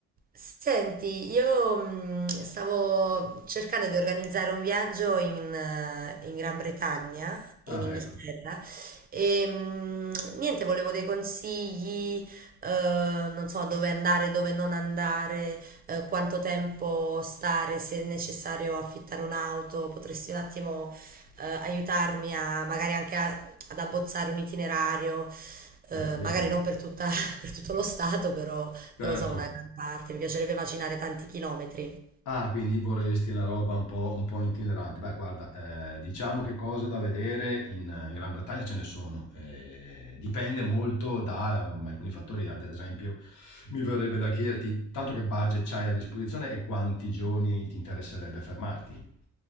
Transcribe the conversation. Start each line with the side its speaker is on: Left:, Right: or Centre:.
Right: Senti, io mh, stavo cercando di organizzare un viaggio in, eh, in Gran Bretagna, in
Left: Ah,
Right: Inghilterra,
Left: ecco,
Right: e mh, niente, volevo dei consigli, eh, non so dove andare, dove non andare, eh, quanto tempo stare, se è necessario affittare un'auto, potresti un attimo, eh, aiutarmi a magari anche a- ad abbozzare un itinerario,
Left: volentieri.
Right: eh, magari non per tutta- <laughs> per tutto lo stato, però
Left: Certo.
Right: non lo so, una gran parte, mi piacerebbe macinare tanti chilometri.
Left: Ah, quindi vorresti una roba un po', un po' itinerante. Beh, guarda, eh, diciamo che cose da vedere in, in Gran Bretagna ce ne sono. eh, dipende molto da um, alcuni fattori, ad esempio, mi verrebbe da chiederti tanto che budget c'hai a disposizione e quanti giorni ti interesserebbe fermarti.